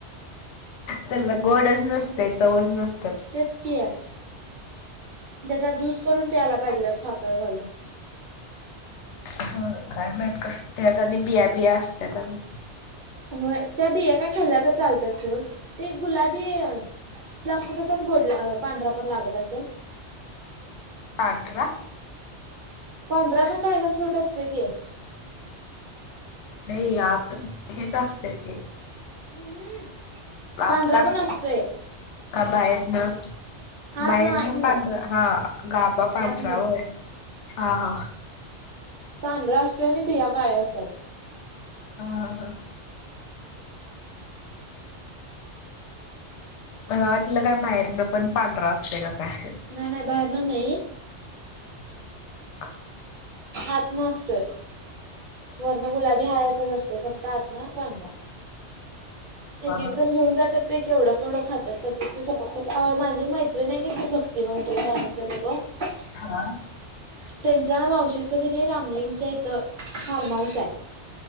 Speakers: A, on the left; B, on the right.
A: त्यांना गोडच नसतयं चवच नस
B: तेच कि त्याचा ज्यूस करून प्यायला पाहिजे त्यात साखर घालून.
A: हा काय माहीत कसं त्यात आणि बिया बिया असत्यात आणि.
B: व्हय त्या बिया काय खाल्ल्या तर चालत्यात सोड. ते गुलाबी लागतो तसाच गोड पांढरा पण लागत असंल.
A: पांढरा?
B: पांढरा पण ड्रॅगन फ्रूट असतोय की.
A: नाय यात हेच असतंय ते.
B: <unintelligible>
A: आतला
B: पांढरा
A: का
B: पण असतोय
A: बाहेरनं?
B: आत
A: बाहेर
B: ना आत
A: न
B: ना
A: पांढरा हा गाभा पांढरा
B: आत ना
A: होय हा हा.
B: पांढरा असतोय आणि बिया काळ्या असतात.
A: हां हा. मला वाटलं काय बाहेरनं पण पांढरा असतय का काय.
B: नाय नाय बाहेरन नाय.
A: <inaudible>
B: आतंन असतोय वरनं गुलाबी हाय असायचं असतोय, फ आतन पांढरा. एक
A: हा
B: एकजण घेऊन जात त्यात बाय केवढं केवढं खात्यात कसं ते सपाक सपाक, माझी मैत्रीन आय क नी ती भक्ती म्हणुन तुला सांगितलं <unintelligible>
A: हा.
B: त्यांच्या मावशीचं का नाई रामलिंगच्या इथं फार्महाऊस आय.